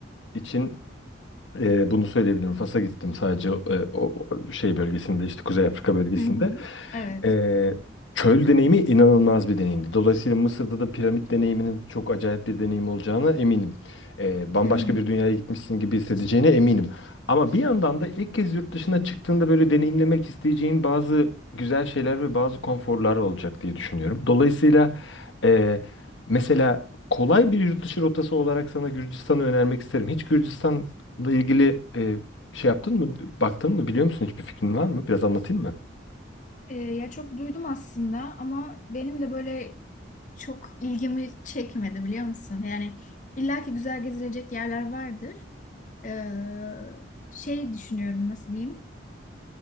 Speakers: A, on the left (about 80°); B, on the left (about 40°).
A: için e, bunu söyleyebilirim. Fas'a gittim sadece e, o o şey bölgesinde işte Kuzey Afrika bölgesinde.
B: Hı hı. Evet.
A: E, çöl deneyimi inanılmaz bir deneyimdi. Dolayısıyla Mısır'da da piramit deneyiminin çok acayip bir deneyim olacağına eminim. E, bambaşka
B: Hı hı.
A: bir dünyaya gitmişsin gibi hissedeceğine eminim. Ama bir yandan da ilk kez yurt dışına çıktığında böyle deneyimlemek isteyeceğin bazı güzel şeyler ve bazı konforlar olacak diye düşünüyorum. Dolayısıyla e, mesela kolay bir yurt dışı rotası olarak sana Gürcistan'ı önermek isterim. Hiç Gürcistan Bununla ilgili e, şey yaptın mı, baktın mı, biliyor musun? Hiçbir fikrin var mı? Biraz anlatayım mı?
B: Ee, ya çok duydum aslında ama benim de böyle çok ilgimi çekmedi biliyor musun? Yani illaki güzel gezilecek yerler vardır. Ee, şey düşünüyorum nasıl diyeyim.